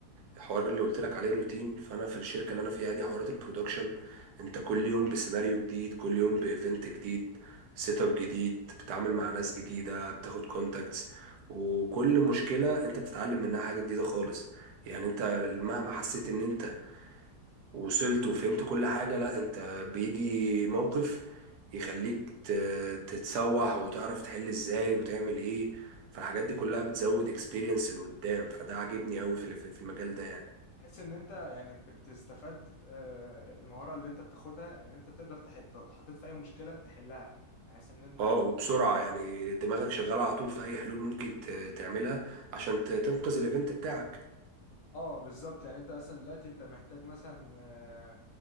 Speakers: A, on the right; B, on the left.
A: الحوار اللي قلت لك عليه الروتين فانا في الشركه اللي انا فيها دي حوارات البرودكشن انت كل يوم بسيناريو جديد كل يوم بايفنت جديد سيت اب جديد بتتعامل مع ناس جديده بتاخد كونتاكتس وكل مشكله انت بتتعلم منها حاجه جديده خالص يعني انت مهما حسيت ان انت وصلت وفهمت كل حاجه لا انت بيجي موقف يخليك ت- تتسوح وتعرف تحل ازاي وتعمل ايه فالحاجات دي كلها بتزود اكسبيرينس لقدام فده عاجبني قوي في في المجال ده يعني
B: بحس ان انت يعني بتستفاد آه، المهاره اللي انت بتاخدها ان انت تقدر تح- تحطيت في اي مشكله تحلها بحيث ان انت
A: اه وبسرعة يعني دماغك شغالة على طول في أي حلول ممكن ت- تعملها عشان ت- تنقذ الإيفنت بتاعك
B: اه بالظبط يعني انت مثلا دلوقتي انت محتاج مثلا آه،